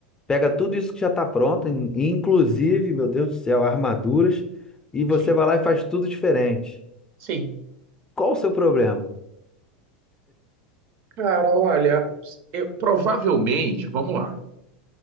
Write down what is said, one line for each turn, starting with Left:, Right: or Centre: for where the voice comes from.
Left: pega tudo isso que já tá pronto, in- inclusive, meu Deus do céu, armaduras, e você
Right: sim,
Left: vai lá e faz tudo diferente.
Right: sim.
Left: Qual o seu problema?
Right: Cara, olha, eu- provavelmente, vamos lá.